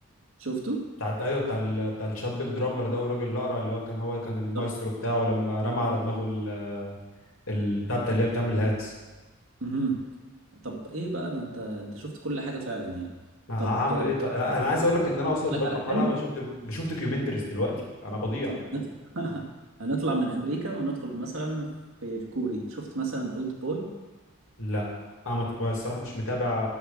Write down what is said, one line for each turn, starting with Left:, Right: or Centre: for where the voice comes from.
Right: شفته؟
Left: بتاع ايوه بتاع ال... بتاع الشاب الدرامر ده والراجل الاقرع اللي هو كان هو كان المايسترو
Right: طب
Left: بتاعه لما رمى على دماغه ال... ال- بتاع بتاع اللي هي بتعمل هاتس
Right: مهم. طب ايه بقى ده انت انت شفت كل حاجه فعلا يعني
Left: ما
Right: طب
Left: ه- هعمل
Right: آه، اقول
Left: ايه طيب؟ انا عايز اقول لك ان انا وصلت
Right: لك
Left: بالمرحله
Right: على فيلم
Left: انا بشوف دي... بشوف دوكيومنتريز دلوقتي انا بضيع
Right: طب هنط- <laughs> هنطلع من امريكا وندخل مثلا في الكوري شفت مثلا اولد بوي
Left: لا انا مت- الصراحه مش متابع